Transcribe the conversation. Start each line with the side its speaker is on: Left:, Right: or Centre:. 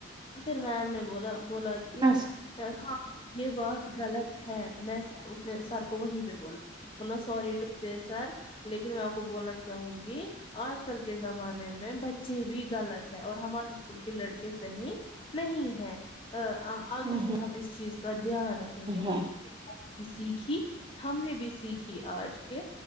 Left: پھر میم نے بولا بولا کہ
Right: اچھا
Left: ہاں یہ بات غلط ہے میں سر سر کو وہیں پہ بولاو سی ٹو سر لیکن میں آپ کو بولنا چاہوں گی آج کل کے زمانے میں بچے بھی غلط ہے اور ہمارے اسکول کے لڑکے صحیح نہیں ہے ا آگے
Right: نہیں
Left: سے ہم اس چیز کا دھیان رکھیں گے ہم
Right: ہے
Left: نے سیکھی ہم نے بھی سیکھی آج کے